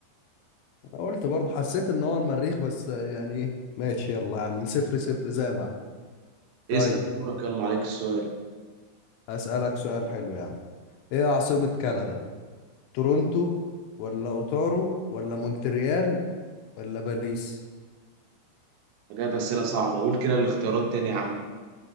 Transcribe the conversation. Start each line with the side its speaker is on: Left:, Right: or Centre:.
Left: أنا قلت برضه حسيت ان هو المريخ بس يعني ايه ماشي يلا يا عم صفر صفر زي ما احنا. طيب
Right: اسأل دورك يلا عليك السؤال
Left: هسألك سؤال حلو يا عم ايه عاصمة كندا تورونتو ولا اوتارو ولا مونتريال ولا باريس
Right: أنا جايب أسئلة صعبة أقول كده الاختيارات تاني يا عم